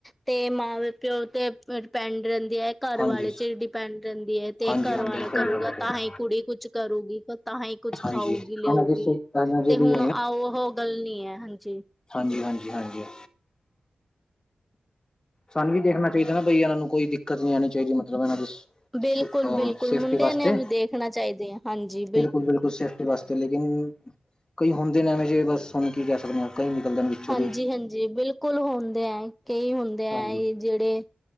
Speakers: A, in the centre; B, on the left.
A: ਤੇ ਮਾਂ-ਪਿਓ ਤੇ ਡਿਪੈਂਡ ਰਹਿੰਦੀ ਐ। ਘਰ
B: ਹਾਂਜੀ
A: ਵਾਲੇ ਚ ਡਿਪੈਂਡ ਰਹਿੰਦੀ ਐ, ਤੇ
B: ਹਾਂਜੀ
A: ਘਰ
B: ਹਾਂਜੀ
A: ਵਾਲਾ
B: ਸਹੀ
A: ਕਰੂਗਾ।
B: ਗੱਲ ਹੈ
A: ਤਾਂਹੀ ਕੁੜੀ ਕੁਛ ਕਰੂਗੀ, ਤਾਂਹੀ ਕੁਛ
B: ਹਾਂਜੀ
A: ਖਾਊਗੀ,
B: ਇਹਨਾਂ
A: ਲੇਉਗੀ।
B: ਦੀ ਇਹਨਾਂ ਦੀ
A: ਤੇ ਹੁਣ
B: ਵੀ
A: ਆ ਓਹੋ ਗੱਲ ਨੀ ਐ, ਹਾਂਜੀ।
B: ਹਾਂਜੀ-ਹਾਂਜੀ-ਹਾਂਜੀ। ਸਾਨੂੰ ਵੀ ਦੇਖਣਾ ਚਾਹੀਦਾ ਨਾ ਬਈ ਇਹਨਾਂ ਨੂੰ ਕੋਈ ਦਿੱਕਤ ਨਹੀਂ ਆਣੀ ਚਾਹੀਦੀ, ਮਤਲਬ ਇਹਨਾਂ ਦੀ
A: ਬਿਲਕੁਲ
B: ਅਹ
A: ਬਿਲਕੁਲ
B: ਸੇਫਟੀ
A: ਮੁੰਡਿਆਂ
B: ਵਾਸਤੇ,
A: ਨੇ ਵੀ ਦੇਖਣਾ ਚਾਹੀਦੇ ਆ ਹਾਂਜੀ
B: ਬਿਲਕੁਲ- ਬਿਲਕੁਲ ਸੇਫਟੀ ਵਾਸਤੇ। ਲੇਕਿਨ ਕਈ ਹੁੰਦੇ ਨੇ ਐਵੇਂ ਜਿਹੇ, ਬਸ ਹੁਣ ਕੀ ਕਹਿ ਸਕਦੇ ਆਂ। ਕਈ ਨਿਕਲਦੇ ਨੇ। ਵਿੱਚੋਂ
A: ਹਾਂਜੀਹਾਂਜੀ
B: ਦੀ
A: ਬਿਲਕੁਲ ਹੁੰਦੇ ਐ, ਕਈ ਹੁੰਦੇ
B: ਹਾਂਜੀ
A: ਐ। ਜਿਹੜੇ